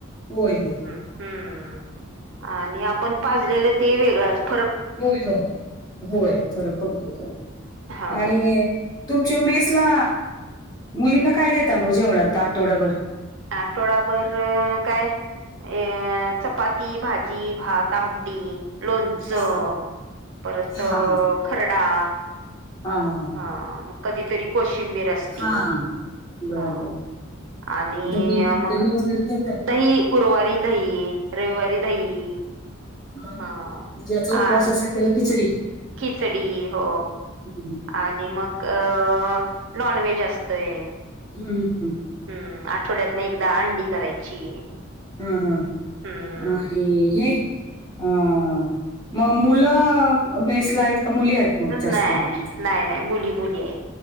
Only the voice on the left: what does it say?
होय, होय.
होय होय होय फरक पडतोय थोडा
आणि तुमच्या मेसला मुलींना काय देता मग, जेवणात आठवडाभर?
हां, हां.
हां,
हां, हां.
हां, हां, हां.
हां. बरं,
बरं.
दही
दही वगैरे देताय?
मग,
ज्याच उपवास
असेल त्याला खिचडी
हम्म,
हम हम.
हम हम,
आणि हे हम, मग मुलं मेसला आहेत का मुली आहेत? मग
जास्त? मेसला?